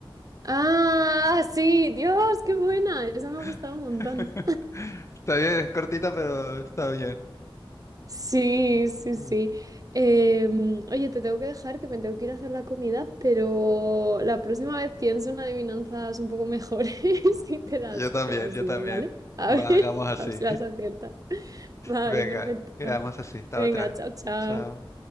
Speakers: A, on the right; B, on the left.
A: Ah, sí, Dios, qué buena. Esa
B: <laughs>
A: me ha gustado un montón.
B: Está bien, es cortita, pero está bien.
A: Sí, sí,
B: Sí.
A: sí. Em, oye, te tengo que dejar que me tengo que ir a hacer la comida, pero la próxima vez pienso en adivinanzas un poco mejores <laughs> y te las,
B: Yo también,
A: te las
B: yo
A: digo,
B: también.
A: ¿vale? A
B: Va,
A: ver, <laughs>
B: hagamos así.
A: a ver si
B: <laughs>
A: las aciertas. Vale,
B: Venga,
A: perfecto.
B: quedamos así. Hasta
A: Venga,
B: otra.
A: chao, chao.
B: Chao.